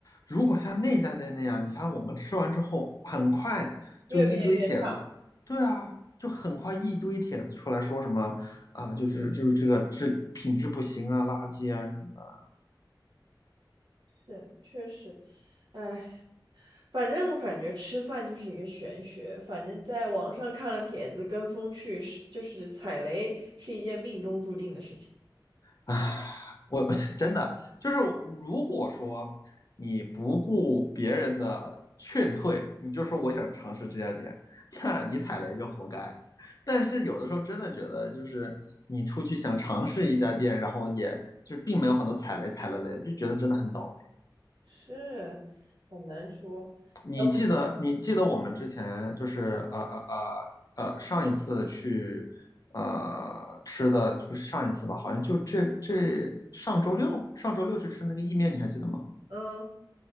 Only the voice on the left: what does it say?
如果像那家店那样，你看我们吃完之后，很快就一堆帖子，
对啊，就很快一堆帖子出来说什么啊、就是就是这个质品质不行啊，垃圾啊什么
啊，我我 <laughs> 真的就是，如果说你不顾别人的劝退，你就说我想尝试这家店，<laughs> 那你踩雷就活该。但是有的时候真的觉得，就是你出去想尝试一家店，然后也就并没有很多踩雷，踩了雷就觉得真的很倒
你记得你记得我们之前就是呃呃
呃呃上一次去呃吃的不是上一次吧？好像就这这上周六上周六去吃那个意面，你还记得吗？